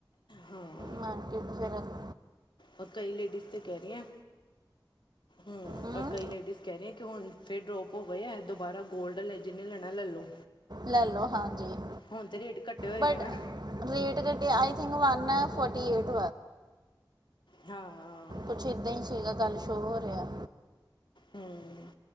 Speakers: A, on the left; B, on the right.
A: ਹਾਂ
B: ਮੈ ਫਿਰ ਕਿਹਾ <unintelligible>
A: ਔਰ ਕਈ ਲੇਡੀਜ਼ ਤਾਂ ਕਹਿ ਰਹੀ ਐ ਹ
B: ਹੂੰ
A: ਔਰ ਕਈ ਲੇਡੀਜ਼ ਕਹਿ ਰਹੀ ਹੈ ਕਿ ਹੁਣ ਫੇਰ ਡਰੋਪ ਹੋ ਗਏ ਐ ਦੁਬਾਰਾ ਗੋਲਡ ਜਿਹਨੇ ਲੈਣਾ ਲੈ ਲਉ
B: ਲੈ ਲਓ ਹਾਂਜੀ
A: ਹੁਣ ਤੇ ਰੇਟ ਘੱਟੇ ਹੋਏ
B: ਬਟ
A: ਐ ਨਾ
B: ਰੇਟ ਘੱਟਿਆ I think one forty eight
A: ਹਾਂ
B: ਕੁਛ ਏਦਾਂ ਹੀ ਸੀਗਾ ਕਲ ਸ਼ੋ ਹੋ ਰਿਹਾ
A: ਹਮ